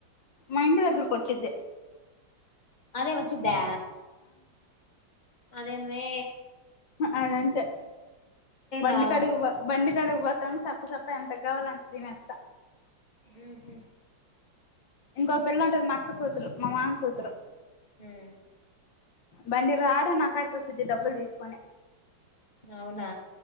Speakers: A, on the left; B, on the left.
A: మా ఇంటి దగ్గర వచ్చిది
B: అదే వచ్చిద్దా అదేంది మీ
A: అదంతే బండి
B: రావమ్మా
A: కాడికి పో బండి కాడికి పోతాం సప్ప సప్ప ఎంతకు కావాలో అంత తినేస్తా
B: ఉహు
A: ఇంకొక పిల్ల ఉంటది మా అత్త కూతురు మా మామ కూతురు
B: హ్మ్
A: బండి రాడం నాక్కడికి వచ్చద్ది డబ్బులు తీసుకొని
B: అవునా